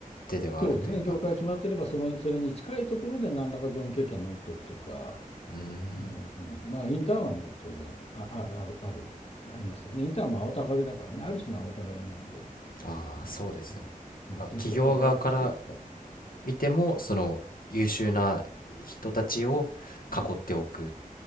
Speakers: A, on the left; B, on the left.
A: 手ではあるというか
B: そうですね。業界決まっていれば、その、それに近いところで何らか業務経験を持っておくとか、
A: うーん
B: あの、うん、まあ、インターンはもう当然、あ、ある、ある、ある、ありますよね。インターンも青たがりだからね、ある種の青たがりなので、
A: ああそうですね、
B: あの、うん、うんとして、
A: まあ、企業側から
B: 青たがりとして使っ
A: 見てもその優秀な人たちを囲っておく
B: うん、